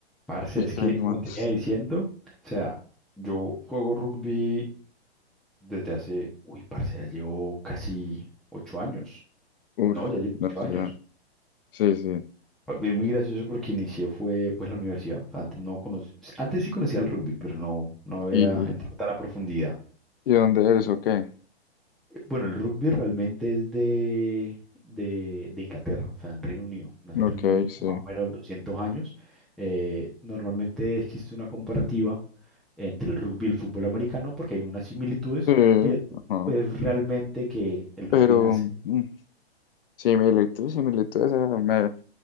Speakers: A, in the centre; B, on the left.
A: Parce,
B: ¿Y
A: es
B: qué
A: que,
B: más?
A: como tenía diciendo, o sea, yo juego rugby desde hace, uy, parce, ya llevo casi ocho años.
B: uff
A: No, ya llevo
B: no
A: ocho
B: sé
A: años.
B: ya. Sí, sí.
A: Fue muy gracioso porque inicié fue, pues, la universidad. O sea, antes no conoc- antes sí conocía el rugby, pero no, no había
B: ¿Y, y,
A: entrado tan a profundidad.
B: y dónde eres o qué?
A: Bueno, el rugby realmente es de, de, de Inglaterra, o sea, en Reino Unido. Nace
B: Ok,
A: en Reino Unido
B: sí.
A: más o menos 200 años. Eh, normalmente existe una comparativa entre el rugby y el fútbol americano porque hay unas similitudes,
B: Sí,
A: pero
B: ajá.
A: pues realmente que el rugby
B: Pero
A: nace.
B: mm, similitudes, similitudes. eh, me-